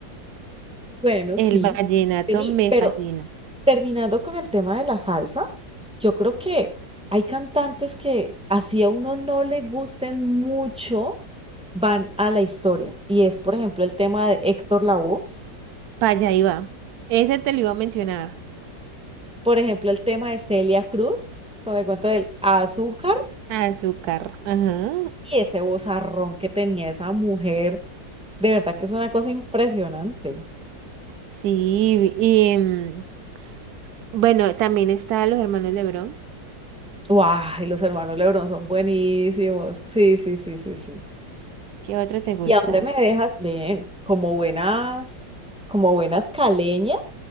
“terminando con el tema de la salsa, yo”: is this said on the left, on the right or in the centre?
Centre